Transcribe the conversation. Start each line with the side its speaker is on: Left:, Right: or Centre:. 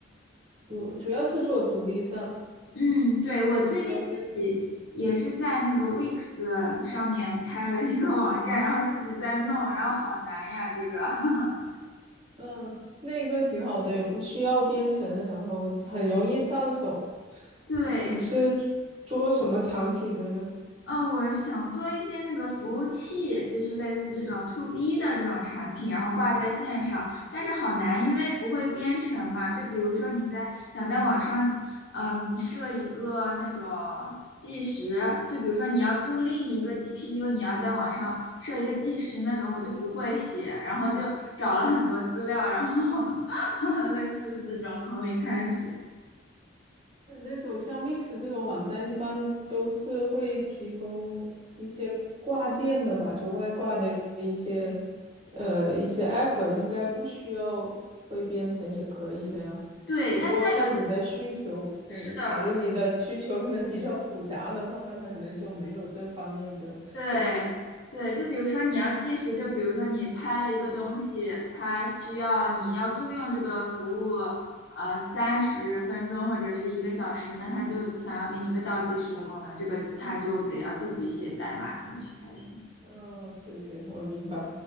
Right: 主主要是做独立站，
Left: 嗯，对，我最近自己也是在那个
Right: 不知道这。
Left: Wix 上面开了一个网站，然后自己在弄，然后好难呀，这个。<laughs>
Right: 嗯，那个挺好的，也不需要编程，然后很容易上手。
Left: 对，
Right: 你是做什么产品的呢？
Left: 嗯，呃我想做一些那个服务器，就是类似这种 to B 的这种产品，然后挂在线上，但是好难，因为不会编程嘛。就比如说你在想在网上，嗯，设一个那种计时，就比如说你要租赁一个 GPU，你要在网上设一个计时那种，我就不会写，然后就找了很多资料，然后 <laughs> 类似是这种从零开始。
Right: 那种像 Wix 这种网站，一般都是会提供一些挂件的吧，就外挂的一些呃一些 App，应该不需要会编程也可以的呀。
Left: 对，但是它有，
Right: 不过看你的需求，
Left: 是的，
Right: 嗯，假如你的需求可能比较复杂的话，它可能就没有这方面的供应。
Left: 对对，就比如说你要计时，就比如说你拍了一个东西，它需要你要租用这个服务，呃，三十分钟或者是一个小时，那它就想要给你一个倒计时的功能，这个它就得要自己写代码进去才行。
Right: 嗯，对对，我明白。